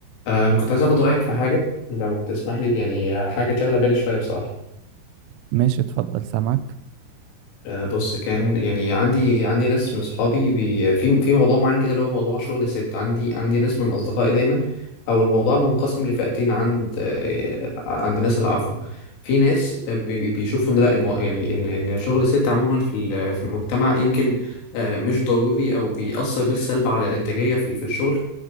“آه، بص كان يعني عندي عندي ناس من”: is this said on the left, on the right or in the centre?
Left